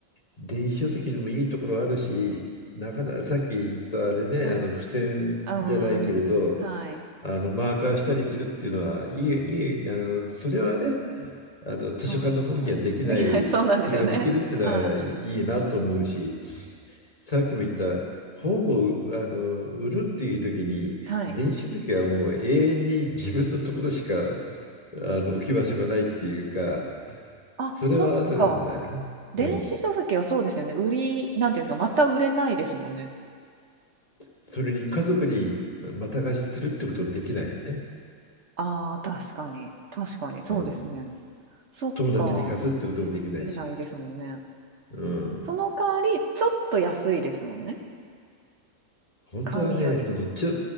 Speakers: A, on the left; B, on the right.
A: 電子書籍にもいいところあるし、なかなかさっき言ったあれね、
B: は
A: あの付箋じゃないけれど、
B: い。うんうん。はい。
A: あのマーカーしたりするっていうのはいい、いい、あのそれはね、あの図書館の本にはできない、
B: そうなんですよ。できない、そうなんですよね。
A: それができるっていうのはいいなと思うし、
B: は
A: さっきも言った本をあの売るっていう時に、
B: い。はい。
A: 電子書籍はもう永遠に自分のところしかあの置き場所がないっていうか、
B: あ、
A: それはあるんだよね。
B: そっか。電子書籍はそうですよね。
A: うん。
B: 売り、なんていうんですか、また売れないですもんね。
A: それに家族にまた貸しするってこともできないよね。
B: ああ、確かに。確かに。そうですね。
A: うん。
B: そっか。
A: 友達に貸すってこともできないし。
B: できないですもんね。
A: うん。
B: その代わり、ちょっと安いですもんね。
A: 本当はね、
B: 紙より。
A: そのちょ